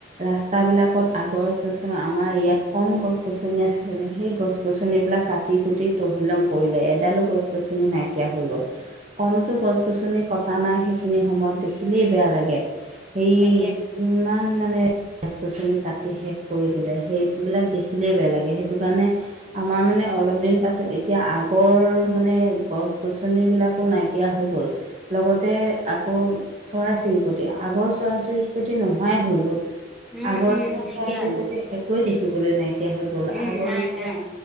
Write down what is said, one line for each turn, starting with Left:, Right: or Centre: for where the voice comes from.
Right: ৰাস্তা বিলাকত আগৰ চোৱাচোন আমাৰ ইয়াত কম গছ -গছনি আছ যেনে সেই গছ -গছনিবিলাক কাটি কুটি তহিলং কৰিলে এডালো গছ -গছনি নাইকিয়া হৈ গ'ল। কমটো গছ-গছনি কটা নাই সেইখিনি সময়ত দেখিলেই বেয়া লাগে সেই
Centre: তাকেতো
Right: ইমান মানে গছ- গছনি কাটি শেষ কৰি দিলে সেইবিলাক দেখিলেই বেয়া লাগে সেই সেইটো কাৰণে আমাৰ মানে অলপ দিন পাছত এতিয়া আগৰ মানে গছ-গছনিবিলাক কো নাইকিয়া হৈ গ'ল লগতে আকৌ চৰাই -চিৰিকটি আগৰ চৰাই- চিৰিকটি নোহোৱাই হৈ গ'ল।
Centre: উম
Right: আগৰ
Centre: উম
Right: দিনৰ
Centre: সেনেকে
Right: চৰাই -চিৰিকতি
Centre: আৰু
Right: একোৱে দেখিবলৈ নাইকিয়া হৈ গ'ল
Centre: উম,
Right: আগৰ
Centre: নাই
Right: এতিয়া
Centre: -নাই।